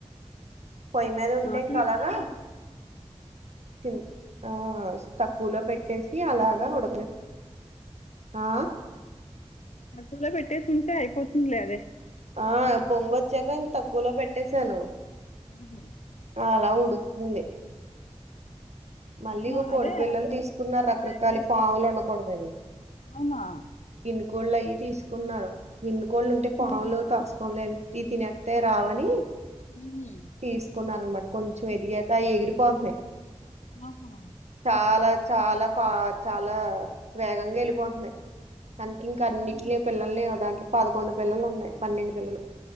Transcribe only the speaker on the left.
నాకు
అక్కులో పెట్టేసి ఉంటే అయిపోతుందిలే అదే
ఉహు
నేను
అదే
అదేంటి
అవునా
ఉహు
ఆహా